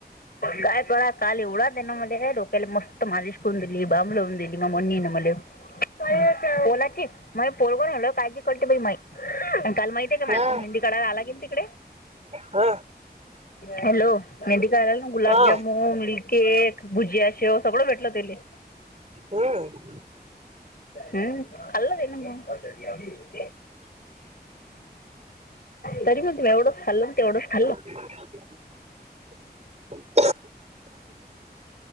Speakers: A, on the left (about 60°); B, on the right (about 40°).
A: काय कळा काल एवढा त्यानं मले डोक्याला मस्त माजिश करून दिली बांमं लावून दि नमून नेल मले बोला की माय पोरग रायलं काय गि कळते बाई माई आणि काल माहिती ये कामाया
B: हा
A: संग मेंदी काढायला आला की नाय तिकडे
B: हा
A: हॅलो मेंदी काढायला नां गुलाब
B: हा
A: जामुन केक भुजिया शेव सगळं भेटलं तेले.
B: हम्म
A: हूं खाल्लं त्यानं मं तरी मग तुम्ही एवढंच खाल्लं ते एवढंच खाल्लं
B: <unintelligible> ह